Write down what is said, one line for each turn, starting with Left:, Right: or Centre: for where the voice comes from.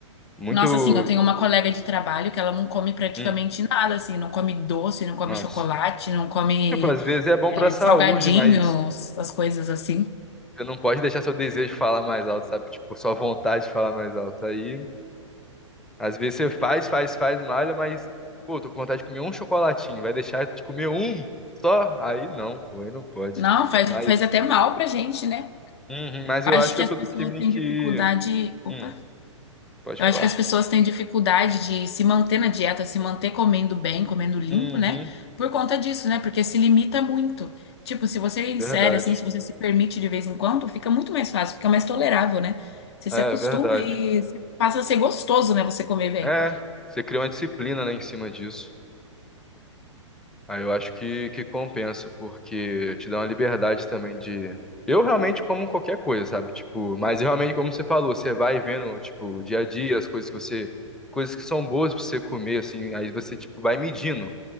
Centre: Muito,
Left: Nossa, assim, eu tenho uma colega de trabalho que ela não come praticamente
Centre: hum,
Left: nada, assim, não come doce, não come
Centre: nossa.
Left: chocolate, não come
Centre: Tipo, às vezes é bom
Left: é,
Centre: pra saúde,
Left: salgadinhos,
Centre: mas
Left: essas coisas assim.
Centre: você não pode deixar seu desejo falar mais alto, sabe? Tipo, sua vontade de falar mais alto, aí, às vezes você faz, faz, faz, malha, mas, pô, tô com vontade de comer um chocolatinho, vai deixar de comer um só? Aí não, pô, aí não pode.
Left: Não, faz,
Centre: Mas
Left: faz até mal pra gente, né?
Centre: Uhum, mas
Left: Acho
Centre: eu acho que
Left: que
Centre: eu
Left: as
Centre: sou
Left: pessoas
Centre: do time
Left: têm
Centre: que.
Left: dificuldade. Opa!
Centre: Hum, pode
Left: Eu
Centre: falar.
Left: acho que as pessoas têm dificuldade de se manter na dieta, se manter comendo bem, comendo limpo,
Centre: Uhum,
Left: né? Por conta disso, né? Porque se limita muito. Tipo, se você insere,
Centre: verdade.
Left: assim, se você se permite de vez em quando, fica muito mais fácil, fica mais tolerável, né? Você se
Centre: É,
Left: acostuma
Centre: verdade.
Left: e se- passa a ser gostoso, né? Você comer bem.
Centre: É, você cria uma disciplina, né, em cima disso. Aí eu acho que, que compensa, porque te dá uma liberdade também de. Eu realmente como qualquer coisa, sabe? Tipo, mas realmente, como você falou, você vai vendo, tipo, dia a dia, as coisas que você. Coisas que são boas pra você comer, assim, aí você, tipo, vai medindo.